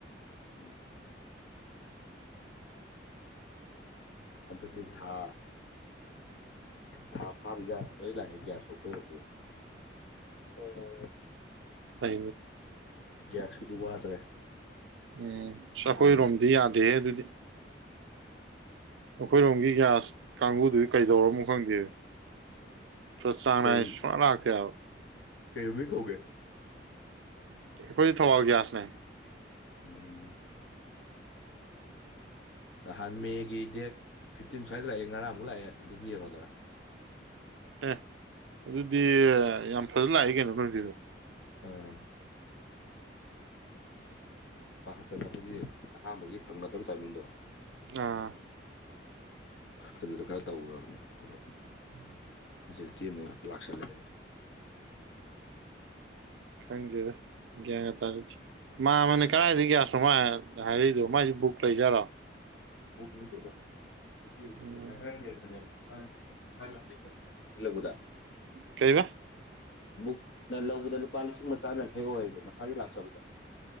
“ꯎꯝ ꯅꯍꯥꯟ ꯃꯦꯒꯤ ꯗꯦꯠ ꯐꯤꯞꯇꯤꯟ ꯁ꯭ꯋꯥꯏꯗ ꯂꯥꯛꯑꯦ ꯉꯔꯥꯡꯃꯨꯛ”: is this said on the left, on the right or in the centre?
Left